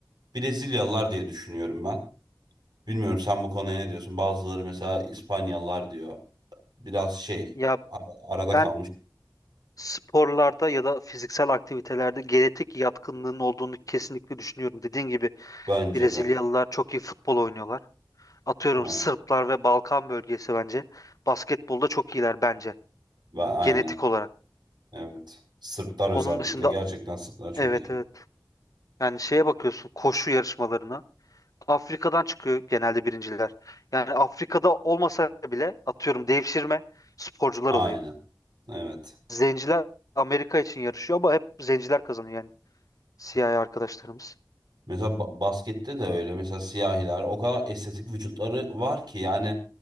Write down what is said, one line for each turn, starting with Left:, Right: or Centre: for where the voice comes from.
Right: Brezilyalılar diye düşünüyorum ben. Bilmiyorum sen bu konuya ne diyorsun? Bazıları mesela İspanyalılar diyor. Biraz şey
Left: Ya
Right: ara- arada
Left: ben
Right: kalmış
Left: sporlarda ya da fiziksel aktivitelerde genetik yatkınlığın olduğunu kesinlikle düşünüyorum. Dediğin gibi
Right: bence
Left: Brezilyalılar
Right: de.
Left: çok iyi futbol oynuyorlar. Atıyorum
Right: Ha,
Left: Sırplar ve Balkan bölgesi bence basketbolda çok iyiler bence
Right: ben aynen.
Left: genetik olarak.
Right: Evet. Sırplar özellikle.
Left: Onun dışında
Right: Gerçekten Sırplar çok
Left: evet
Right: iyi.
Left: evet. Yani şeye bakıyorsun koşu yarışmalarına. Afrika'dan çıkıyor genelde birinciler. Yani Afrika'da olmasa bile atıyorum devşirme sporcular
Right: Aynen.
Left: oluyor.
Right: Evet.
Left: Zenciler Amerika için yarışıyor ama hep zenciler kazanıyor yani siyahi arkadaşlarımız.
Right: Mesela ba- baskette de öyle. Mesela siyahiler o kadar estetik vücutları var ki yani